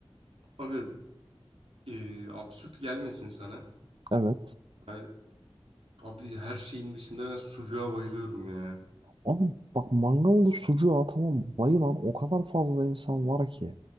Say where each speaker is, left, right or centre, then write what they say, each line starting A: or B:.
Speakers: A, on the right (about 80°); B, on the right (about 60°).
A: Abi Ee, absürt gelmesin sana.
B: Evet.
A: Ben, abi her şeyin dışında ben sucuğa bayılıyorum ya.
B: Abi bak mangalda sucuğa tamam bayılan o kadar fazla insan var ki.